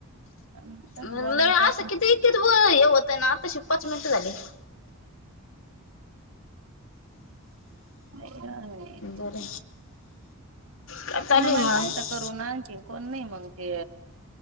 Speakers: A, on the right; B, on the left.
A: तसं
B: म्हणलं
A: बोलायला जात
B: असं किती इक हे होतय ना आता श पाच मिनटं झाली <unintelligible>
A: <inaudible>
B: बरं काय चालू
A: ते मोबाईल
B: आहे मग
A: पाहाचा करू आणखी कोण नाही मग ते..